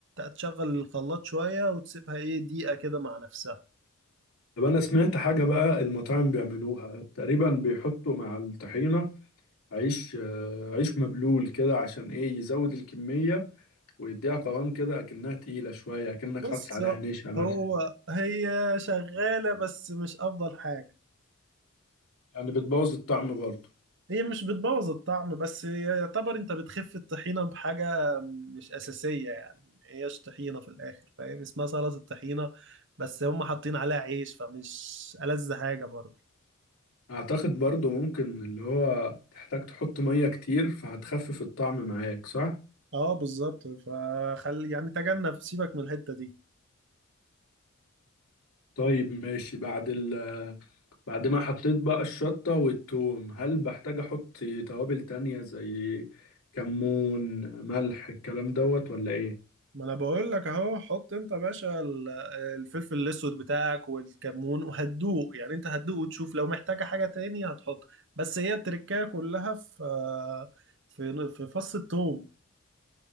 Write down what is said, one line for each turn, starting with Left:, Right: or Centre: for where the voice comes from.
Right: تشغل الخلاط شوية وتسيبها ايه دقيقة كده مع نفسها
Left: طب انا سمعت حاجة بقى المطاعم بيعملوها تقريبا بيحطوا مع الطحينة عيش آه، عيش مبلول كده عشان ايه يزود الكمية ويديها قوام كده اكنها تقيلة شوية اكنك
Right: بص
Left: حاطط عليها نشا مثلا
Right: هو هي شغالة بس مش أفضل حاجة
Left: يعني بتبوظ الطعم برضه
Right: هي مش بتبوظ الطعم بس هي يعتبر انت بتخف الطحينة بحاجة مش أساسية يعني هيش طحينة في الآخر فاهم اسمها سلطة الطحينة بس هم حاطين عليها عيش فمش ألذ حاجة برضه
Left: اعتقد برضو ممكن اللي هو تحتاج تحط مية كتير فهتخفف الطعم معاك صح؟
Right: اه بالظبط فخلي يعني تجنب سيبك من الحتة دي
Left: طيب ماشي بعد ال بعد ما حطيت بقى الشطة والثوم هل بحتاج احط توابل تانية زي كمون ملح الكلام دوت ولا ايه؟
Right: ما انا بقول لك اهو حط انت يا باشا ال- الفلفل الاسود بتاعك والكمون وهتدوق يعني انت هتدوق وتشوف لو محتاجة حاجة تاني هتحط بس هي التركية كلها في في في فص الثوم